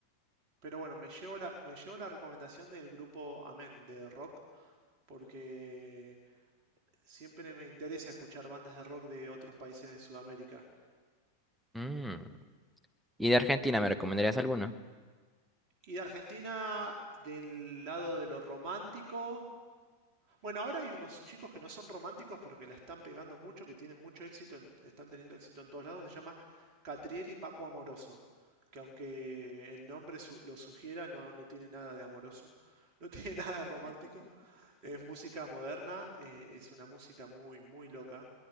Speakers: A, on the right; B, in the centre.
A: Pero bueno, me llevo la, me llevo la recomendación del grupo Amén de rock, porque siempre me interesa escuchar bandas de rock de otros países de Sudamérica.
B: Mm. ¿Y de Argentina me recomendarías alguno?
A: Y de Argentina, del lado de lo romántico, Bueno, ahora hay unos chicos que no son románticos, pero que la están pegando mucho, que tienen mucho éxito, en- están teniendo éxito en todos lados. Se llama Catriel y Paco Amoroso, que aunque el nombre su- lo sugiera, no, no tiene nada de amoroso, no <laughs> tiene nada de romántico. Es música moderna, eh, es una música muy, muy loca,